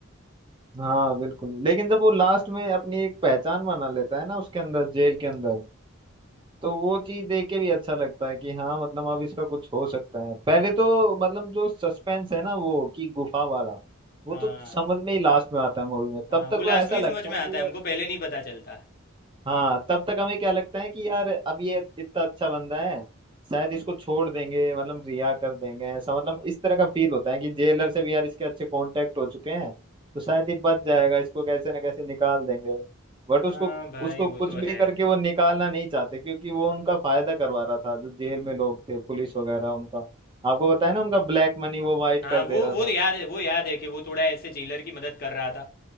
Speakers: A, on the right; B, on the left.
A: हाँ बिल्कुल लेकिन जब वो लास्ट में अपनी एक पहचान बना लेता है ना उसके अंदर जेल के अंदर तो वो चीज देख के भी अच्छा लगता है कि हाँ मतलब अब इसका कुछ हो सकता है पहले तो मतलब जो सस्पेंस है ना वो कि गुफा वाला वो
B: हाँ
A: तो समझ में ही लास्ट में आता है मूवी में
B: हाँ
A: तब तक
B: वो लास्ट
A: तो ऐसा
B: में ही
A: लगता
B: समझ में
A: है
B: आता
A: कि
B: है हमको पहले नहीं पता चलता
A: हाँ तब तक हमें क्या लगता है कि यार अब ये इतना अच्छा बंदा है शायद इसको छोड़ देंगे मतलब रिहा कर देंगे ऐसा मतलब इस तरह का फील होता है कि जेलर से भी यार इसके अच्छे कांटेक्ट हो चुके हैं तो शायद ये बच जाएगा इसको कैसे ना कैसे निकाल देंगे बट उसको
B: हाँ भाई
A: उसको
B: वो
A: कुछ
B: तो
A: भी
B: है
A: करके वो निकालना नहीं चाहते क्योंकि वो उनका फायदा करवा रहा था जो जेल में लोग थे पुलिस वगैरह उनका आपको बताया ना
B: हाँ
A: उनका ब्लैक मनी वो वाइट
B: हाँ,
A: कर
B: वो
A: दे रहा
B: वो
A: था
B: याद है वो याद है कि वो थोड़ा ऐसे जेलर की मदद कर रहा था